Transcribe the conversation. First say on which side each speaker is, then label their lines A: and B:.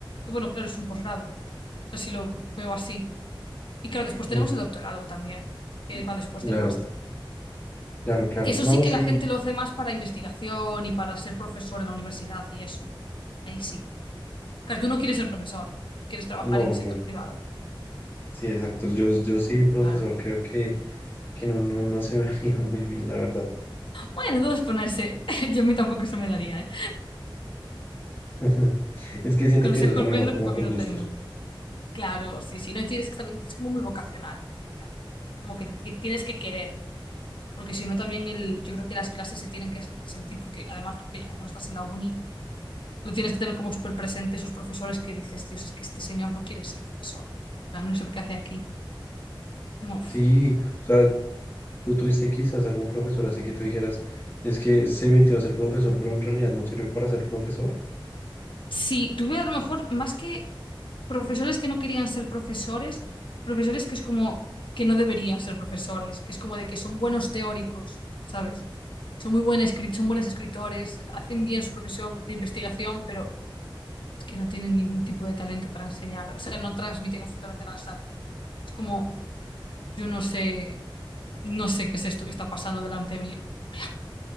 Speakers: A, on the left; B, on the left.
A: Y Bueno, claro, es un posgrado. O sea, si lo veo así. Y claro, después
B: Ujú,
A: tenemos el doctorado también, que va después
B: Claro,
A: del máster.
B: claro, claro.
A: Que eso
B: No,
A: sí que
B: sí,
A: la gente lo hace más para investigación y para ser profesor en la universidad y eso. Ahí sí. Claro, tú no quieres ser profesor, tú quieres trabajar
B: no,
A: en el sector
B: yo no.
A: privado.
B: Sí, exacto. Yo, yo sí, profesor,
A: Claro.
B: creo que, que no, no, no se me <laughs> veía muy bien, la verdad.
A: Bueno, entonces ponerse. <laughs> Yo a mí tampoco se me daría, ¿eh?
B: <laughs> Es que siento
A: Consejos
B: que eso también
A: vendo
B: va como
A: que para
B: por
A: mí no
B: gustos.
A: tengo. Claro, sí, sí. No, y tienes que también es como muy vocacional, entiendo. Como que te- que tienes que querer. porque si no también el, yo creo que las clases se tienen que resentir, porque además tú que aún estás en la uni, lo tienes que tener como súper presente esos profesores que dices, Dios, es que este señor no quiere ser profesor. En plan, no sé por qué hace aquí. Como, uff.
B: Sí, o sea, tú tuviste quizás algún profesor así que tú dijeras, es que se metió a ser profesor, pero en realidad no sirve para ser profesor.
A: sí, tuve a lo mejor más que profesores que no querían ser profesores, profesores que es como que no deberían ser profesores, que es como de que son buenos teóricos, ¿sabes? Son muy buenos, son buenos escritores, hacen bien su profesión de investigación, pero es que no tienen ningún tipo de talento para enseñar. O sea, no transmiten absolutamente nada. O sea, es como, yo no sé, no sé qué es esto que está pasando delante mía. <laughs>